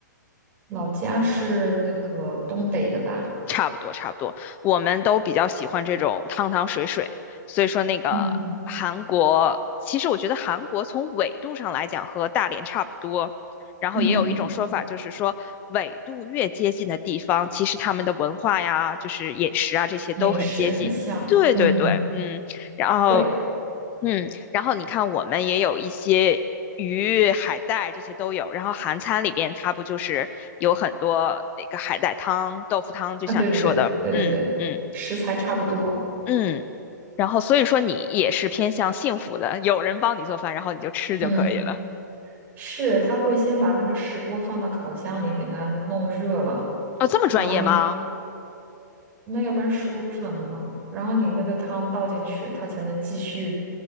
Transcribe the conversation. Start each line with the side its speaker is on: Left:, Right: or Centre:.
Right: 老家是那个东北的吧？
Left: 差不多，差不多。我们都比较喜欢这种汤汤水水，所以说那个韩国，
Right: 嗯
Left: 其实我觉得韩国从纬度上来讲和大连差不多。然后也有一种说法，
Right: 嗯嗯嗯，
Left: 就是说纬度越接近的地方，其实他们的文化呀，就是饮食啊这些都很接近。
Right: 饮食很像，
Left: 对对对，
Right: 嗯，
Left: 嗯。然后
Right: 会
Left: 嗯，然后你看，我们也有一些鱼、海带这些都有。然后韩餐里边，它不就是有很多那个海带汤、豆腐汤，就像你说的，
Right: 啊，对对对对对对，
Left: 嗯嗯
Right: 食材差不多，
Left: 嗯。然后所以说你也是偏向幸福的，有人帮你做饭，然后你就吃就可以了。
Right: 嗯，是他会先把那个石锅放到烤箱里给它弄热了，
Left: 哦，这么专业吗？
Right: 然后你那要不然石锅不是冷的吗？然后你那个汤倒进去，它才能继续